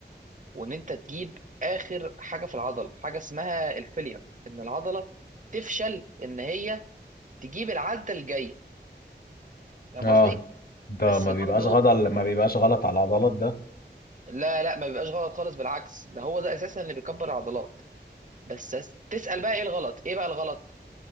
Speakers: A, on the right; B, on the left.
A: وان انت تجيب اخر حاجه في العضله حاجه اسمها الفيلير ان العضله تفشل ان هي تجيب العده الجايه فاهم
B: اه
A: قصدي
B: ده
A: بس
B: ما
A: برضه
B: بيبقاش غلط ما بيبقاش غلط على العضلات ده
A: لا لا ما بيبقاش غلط خالص بالعكس ده هو ده اساسا اللي بيكبر العضلات بس أس- تسأل بقى ايه الغلط ايه بقى الغلط